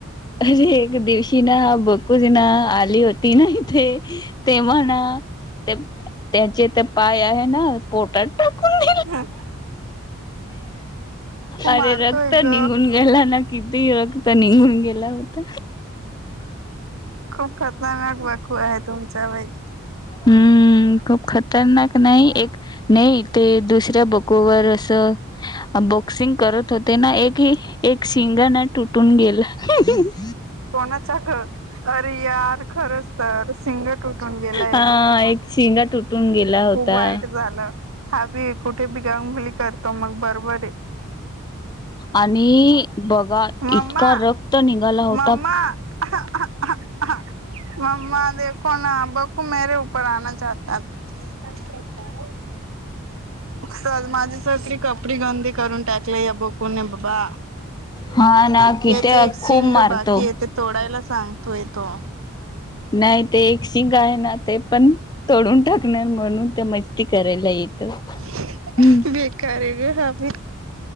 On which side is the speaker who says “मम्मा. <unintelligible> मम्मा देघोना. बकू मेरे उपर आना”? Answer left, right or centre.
Right